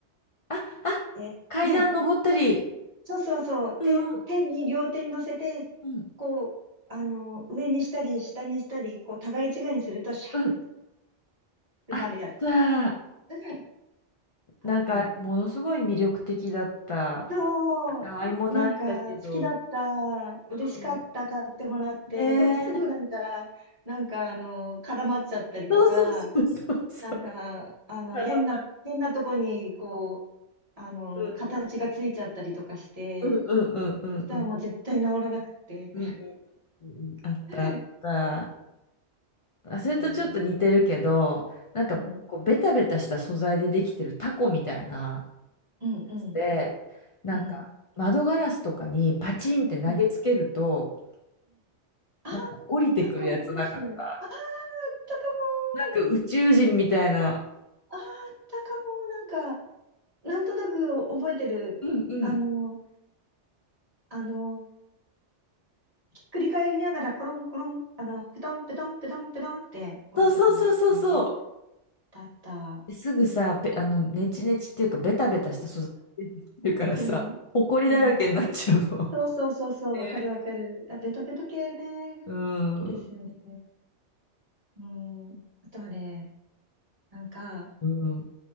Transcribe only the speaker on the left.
あ、あ、
階段登ったり。
うん
うん
うんうん。
あった。
なんか、ものすごい魅力的だった。
たわいもないんだけど。
うん。
ねえ。
そうそうそうそうそう。
絡まる。
うん
うんうんうんうんうん
うんうんうん。あったあった。
あ、
それとちょっと似てるけど、なんか、
こう、ベタベタした素材でできてるタコみたいな
やつで、
なんか、
窓ガラスとかにパチンって投げつけると、
なんか降りてくるやつなかった。
なんか宇宙人みたいな。
うんうん。
そうそうそうそうそう。
ですぐさ、ペあの、ネチネチっていうか、ベタベタした素材っていうからさ、
ほこりだらけになっちゃうの。
<laughs>
ね。
うん。
うん。